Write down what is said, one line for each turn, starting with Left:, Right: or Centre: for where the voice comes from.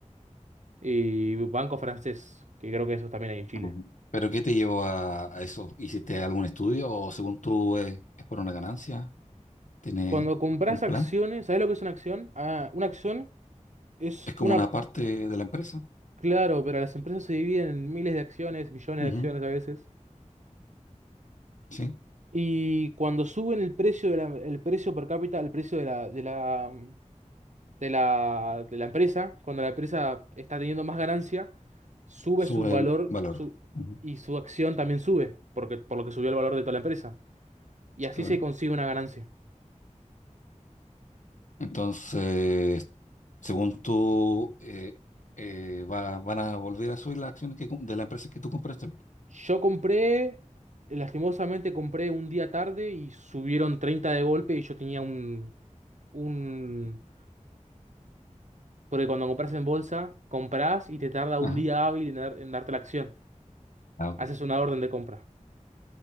Right: Y Banco Francés, que creo que eso también hay en Chile.
Left: Ujú. ¿Pero qué te llevó a, a eso? ¿Hiciste algún estudio o según tú es, es por una ganancia? ¿Tiene
Right: Cuando compras
Left: un
Right: acciones,
Left: plan?
Right: ¿sabes lo que es una acción? Ah, una acción es
Left: Es como
Right: una...
Left: una parte de la empresa.
Right: Claro, pero las empresas se dividen en miles de acciones, millones
Left: Ujú.
Right: de acciones a veces.
Left: Sí,
Right: Y cuando suben el precio de la- el precio per cápita, el precio de la, de la, de la, de la empresa, cuando la empresa está teniendo más ganancia, sube
Left: sube
Right: su valor
Left: el valor.
Right: su,
Left: Ujú.
Right: y su acción también sube, porque, por lo que subió el valor de toda la empresa. Y así
Left: Claro.
Right: se consigue una ganancia.
Left: Entonces... Según tú, eh, eh, va- van a volver a subir las acciones que, com- de la empresa que tú compraste.
Right: Yo compré, lastimosamente compré un día tarde y subieron 30 de golpe y yo tenía un, un... Porque cuando compras en bolsa, compras y te tarda un
Left: Ajá.
Right: día hábil en, dar- en darte la acción.
Left: Ah, ok.
Right: Haces una orden de compra.